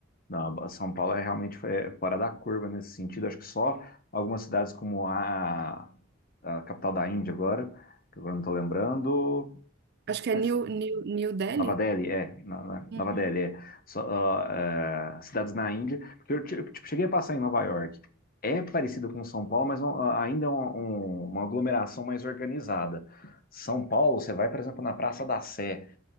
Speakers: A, on the left; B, on the right.
A: Não, a São Paulo é realmente foi fora da curva nesse sentido. Acho que só algumas cidades como a, a capital da Índia agora, que agora não estou lembrando,
B: Acho que
A: mas
B: é New, New, New Delhi?
A: Nova Delhi, é, na- na-
B: Uhum.
A: Nova Delhi, é. Só, ah, eh, cidades na Índia, porque eu ti- tipo, cheguei a passar em Nova York. É parecido com São Paulo, mas é um- ah, ainda é um- um- uma aglomeração mais organizada. São Paulo, você vai, por exemplo, na Praça da Sé,